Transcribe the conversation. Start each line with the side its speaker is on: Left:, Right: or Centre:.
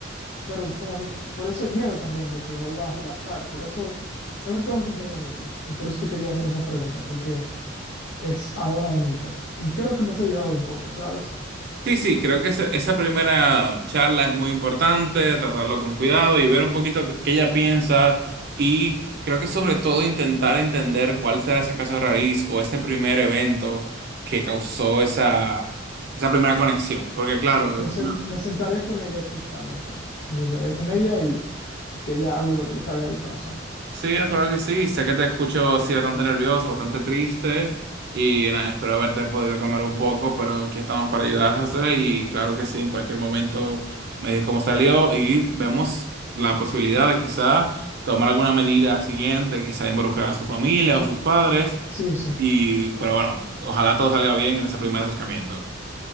Left: pero eh, a mí- por eso el miedo también de que vuelva a relapsar, por eso, por eso tengo que intervenirla y por eso te quería hacer esa pregunta, porque es ahora o nunca. Y creo que me has ayudado un poco, ¿sabes?
Right: Sí, sí, creo que esa, esa primera charla es muy importante, tratarlo con cuidado y ver un poquito qué ella piensa y creo que sobre todo intentar entender cuál será esa casa raíz o ese primer evento que causó esa, esa primera conexión. Porque claro,
Left: Me, sen- me sentaré con ella a escucharla entonces, me sentaré con ella y, y que ella hable lo que le salga del corazón.
Right: Sí, no, claro que sí. Sé que te escucho así bastante nervioso, bastante triste. Y nada, espero haberte podido calmar un poco, pero aquí estamos para ayudar, José. Y claro que sí, en cualquier momento me dices cómo salió y vemos la posibilidad de quizá tomar alguna medida siguiente, quizá involucrar a su familia o a sus padres.
Left: Sí, sí.
Right: Y, pero bueno, ojalá todo salga bien en ese primer acercamiento.